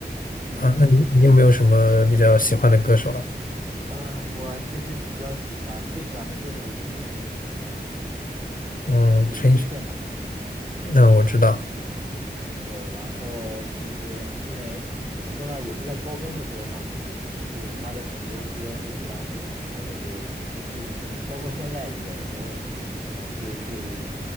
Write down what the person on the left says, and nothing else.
啊。那你你有没有什么比较喜欢的歌手啊？
嗯，
陈奕迅，
嗯，我知道，